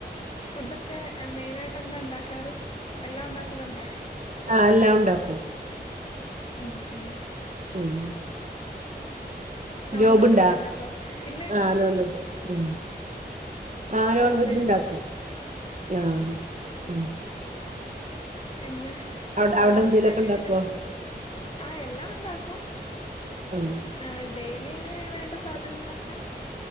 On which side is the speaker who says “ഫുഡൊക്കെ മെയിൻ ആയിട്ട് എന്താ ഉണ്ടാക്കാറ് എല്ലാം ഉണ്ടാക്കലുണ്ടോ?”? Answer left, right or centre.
Left